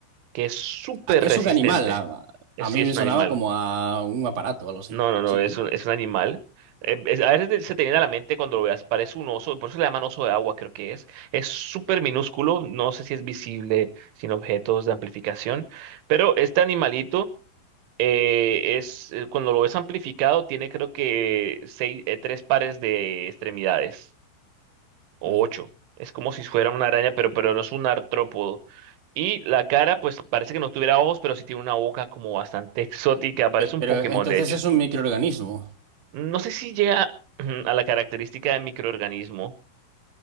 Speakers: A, on the right; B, on the right.
A: que es súper
B: Ah, que
A: resistente.
B: es un animal. A,
A: Es-
B: a
A: Sí,
B: mí
A: es
B: me
A: un
B: sonaba
A: animal.
B: como a un aparato o algo así.
A: No, no, no,
B: Sí
A: es
B: que.
A: un, es un animal. Eh, es- a veces te- se te viene a la mente cuando lo veas, parece un oso, por eso le llaman oso de agua, creo que es. Es súper minúsculo, no sé si es visible sin objetos de amplificación, pero este animalito eh, es, eh, cuando lo ves amplificado, tiene creo que seis, eh, tres pares de extremidades o
B: ujú.
A: ocho. Es como si fuera una araña, pero, pero no es un artrópodo. Y la cara, pues parece que no tuviera ojos, pero sí tiene una boca como bastante <laughs> exótica. Parece
B: Pe-
A: un
B: Pero
A: Pokémon,
B: entonces
A: de hecho.
B: es un microorganismo.
A: No sé si llega <clears throat> a la característica de microorganismo.